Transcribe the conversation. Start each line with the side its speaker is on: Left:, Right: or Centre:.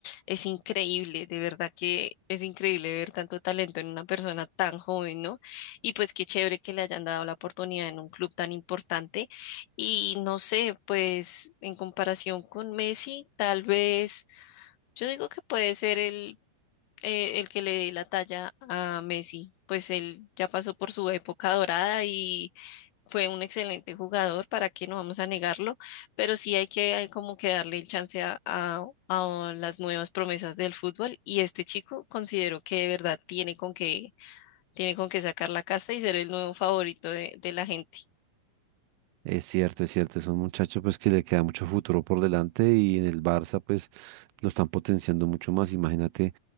Left: es increíble, de verdad que es increíble ver tanto talento en una persona tan joven, ¿no? Y pues qué chévere que le hayan dado la oportunidad en un club tan importante. Y no sé, pues en comparación con Messi, tal vez, yo digo que puede ser el eh, el que le dé la talla a Messi, pues él ya pasó por su época dorada y fue un excelente jugador, para qué no vamos a negarlo, pero sí hay que hay como que darle el chance a, a- a las nuevas promesas del fútbol y este chico considero que de verdad tiene con qué, tiene con qué sacar la casta y ser el nuevo favorito de, de la gente.
Right: Es cierto, es cierto, es un muchacho pues que le queda mucho futuro por delante y en el Barça pues lo están potenciando mucho más. Imagínate